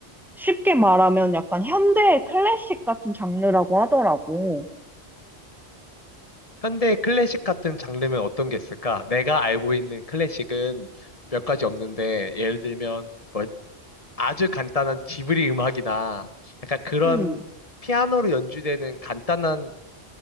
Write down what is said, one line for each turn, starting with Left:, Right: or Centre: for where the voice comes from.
Centre: 쉽게 말하면 약간 현대 클래식 같은 장르라고 하더라고.
Left: 현대 클래식 같은 장르면 어떤 게 있을까? 내가 알고 있는 클래식은 몇 가지 없는데, 예를 들면, 뭐, 아주 간단한 지브리 음악이나, 약간 그런
Centre: 음.
Left: 피아노로 연주되는 간단한